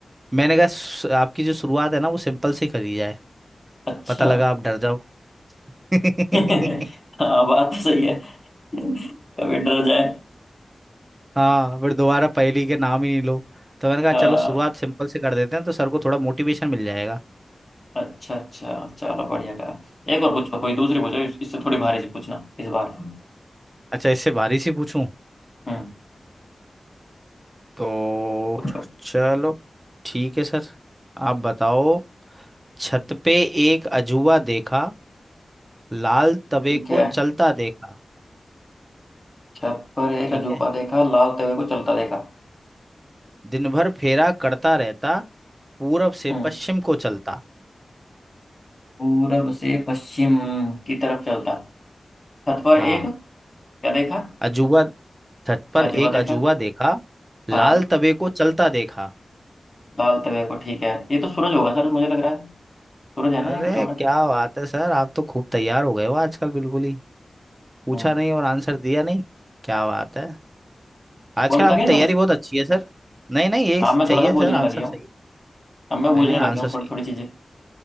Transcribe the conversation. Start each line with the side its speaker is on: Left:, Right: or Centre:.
Right: मैंने कहा "स- आपकी जो शुरुआत है ना वो सिंपल सी करी जाए
Left: अच्छा
Right: पता लगा आप डर जाओ <laughs>
Left: <laughs> हाँ बात तो सही है <laughs> कभी डर जाए
Right: हाँ फिर दोबारा पहेली के नाम ही नहीं लो तो मैंने कहा
Left: हाँ
Right: चलो शुरुआत सिंपल से कर देते हैं तो सर को थोड़ा मोटिवेशन मिल जाएगा
Left: अच्छा अच्छा चलो बढ़िया करा एक और पूछो कोई दूसरी पूछो इस- इससे थोड़ी भारी सी पूछना इस बार
Right: अच्छा इससे भारी सी पूछूं
Left: हम्म
Right: तो
Left: पूछो
Right: चलो ठीक है सर आप बताओ छत पे एक अजूबा देखा लाल तवे
Left: ठीक
Right: को
Left: है
Right: चलता देखा
Left: छत पर एक
Right: ठीक
Left: अजूबा
Right: है
Left: देखा लालते हुए को चलता देखा
Right: दिन भर फेरा करता रहता पूरब से
Left: हम्म
Right: पश्चिम को चलता
Left: पूरब से पश्चिम की तरफ चलता छत पर
Right: हाँ
Left: एक क्या देखा
Right: अजूबा छत पर
Left: अजूबा
Right: एक अजूबा
Left: देखा
Right: देखा लाल
Left: हाँ
Right: तवे को चलता देखा
Left: लालते हुए को ठीक है ये तो सूरज होगा सर मुझे लग रहा है सूरज है ना
Right: अरे
Left: या कुछ और है
Right: क्या बात है सर आप तो खूब तैयार हो गए हो आजकल बिल्कुल ही पूछा
Left: हम्म
Right: नहीं और आंसर दिया नहीं क्या बात है आजकल
Left: और भी
Right: आपकी
Left: था क्या
Right: तैयारी
Left: इसमें कुछ
Right: बहुत अच्छी है सर नहीं नहीं यही
Left: हाँ
Right: सही
Left: मैं थोड़ा सा
Right: है
Left: बूझने
Right: सर आंसर
Left: लग गया
Right: सही
Left: हूँ
Right: है
Left: अब मैं बूझने
Right: नहीं नहीं
Left: लग
Right: आंसर
Left: गया हूँ
Right: सही
Left: थोड़ी थोड़ी चीजें